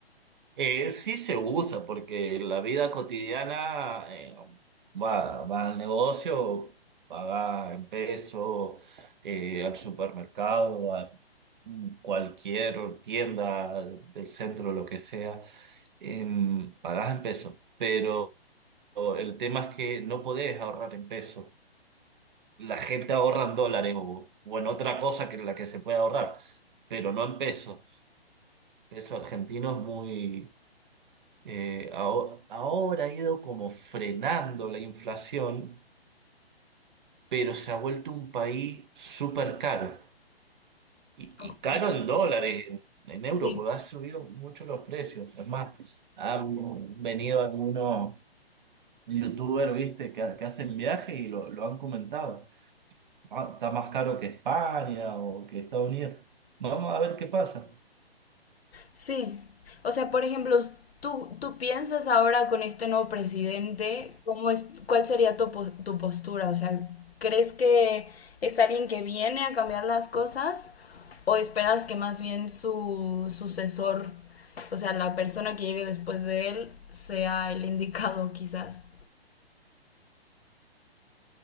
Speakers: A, on the right (about 50°); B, on the left (about 70°).
A: Eh, sí se usa porque en la vida cotidiana eh, va, va al negocio, paga en peso, eh, al supermercado, a cualquier tienda del centro, lo que sea. em, pagás en pesos, pero el tema es que no podés ahorrar en pesos. La gente ahorra en dólares o, o en otra cosa que en la que se puede ahorrar, pero no en pesos. Peso argentino es muy... eh, aho- ahora ha ido como frenando la inflación, pero se ha vuelto un país súper caro. Y,
B: Ok.
A: y caro en dólares, en, en euros,
B: Sí,
A: porque ha subido mucho los precios. Es más, han venido algunos youtuber, viste, que, que hacen viaje y lo, lo han comentado. Ah, está más caro que España o que Estados Unidos. Vamos a ver qué pasa.
B: Sí, o sea, por ejemplo, tú, tú piensas ahora con este nuevo presidente, ¿cómo es, cuál sería tu, pos- tu postura? O sea, ¿crees que es alguien que viene a cambiar las cosas o esperas que más bien su sucesor, o sea, la persona que llegue después de él, sea el indicado quizás?